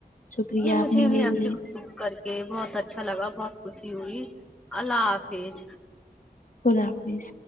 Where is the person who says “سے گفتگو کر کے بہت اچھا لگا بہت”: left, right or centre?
Centre